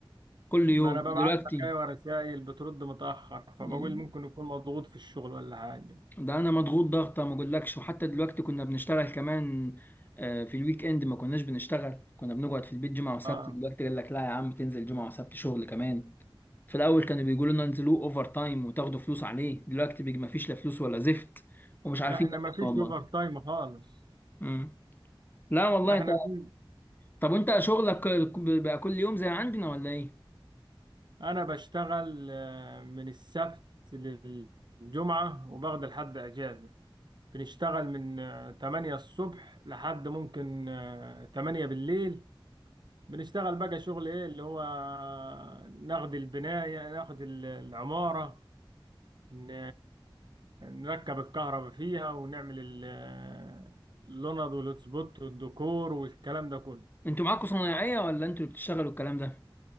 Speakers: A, on the left; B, on the right.
A: كل
B: ما
A: يوم
B: انا ببعت
A: ودلوقتي
B: لك ايوه رسائل بترد متاخر فبقول
A: مم.
B: ممكن يكون مضغوط في الشغل ولا حاجه
A: ده انا مضغوط ضغطه ما اقولكش وحتى دلوقتي كنا بنشتغل كمان آه، في الويك اند ما كناش بنشتغل كنا بنقعد في البيت جمعه وسبت
B: اه
A: دلوقتي قال لك لا يا عم تنزل جمعه وسبت شغل كمان في الاول كانوا بيقولوا لنا انزلوه اوفر تايم وتاخدوا فلوس عليه دلوقتي بيجي ما فيش لا فلوس ولا زفت ومش عارفين
B: احنا
A: نعمل
B: ما فيش
A: ايه والله
B: اوفر تايم خالص
A: مم. لا والله
B: احنا
A: انت
B: بن...
A: طب وانت شغلك بقى كل يوم زي عندنا ولا ايه
B: انا بشتغل آه، من السبت للجمعه وباخد لحد اجازه بنشتغل من آه، 8 الصبح لحد ممكن آه، 8 بالليل بنشتغل بقى شغل ايه اللي هو آه، ناخد البنايه ناخد ال- العماره ن- نركب الكهرباء فيها ونعمل ال- اللوند والهوتسبوت والديكور والكلام ده كله
A: انتوا معاكم صنايعيه ولا انتوا اللي بتشتغلوا الكلام ده